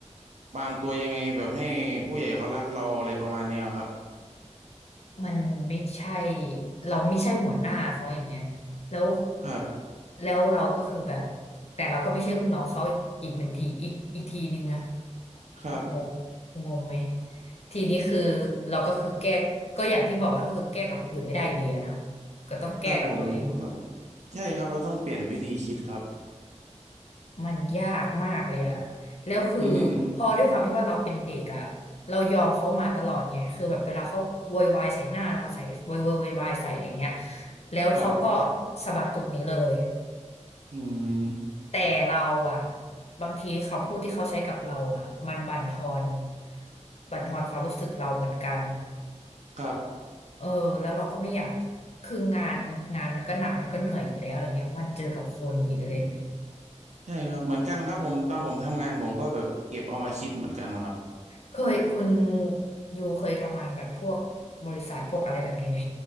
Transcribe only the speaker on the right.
วางตัวยังไงแบบให้ผู้ใหญ่เขารักเราอะไรประมาณเนี้ยครับ
ครับ
ครับ
ครับผมต้องใช่ครับเราต้องเปลี่ยนวิธีคิดครับ
<laughs>
ครับ
อืม
ครับ
ใช่ครับเหมือนกันครับผมตอนผมทำงานผมก็แบบเก็บเอามาคิดเหมือนกันครับ